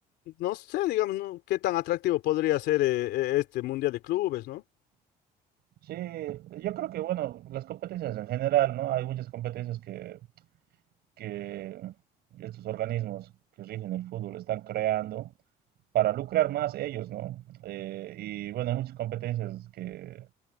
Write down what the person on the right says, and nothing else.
Sí, yo creo que, bueno, las competencias en general, ¿no? Hay muchas competencias que, que estos organismos que rigen el fútbol están creando para lucrar más ellos, ¿no? Eh, y bueno, hay muchas competencias que